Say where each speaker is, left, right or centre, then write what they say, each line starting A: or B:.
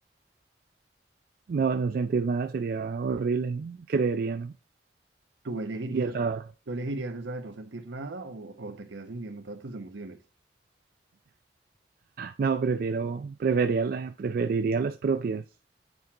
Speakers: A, on the right; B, on the right.
A: no, no sentir nada sería horrible, creería, ¿no?
B: ¿Tú elegirías,
A: Y hasta,
B: tú elegirías esa de no sentir nada o, o te quedas sintiendo todas tus emociones?
A: no, prefiero, preferiría, la- preferiría las propias.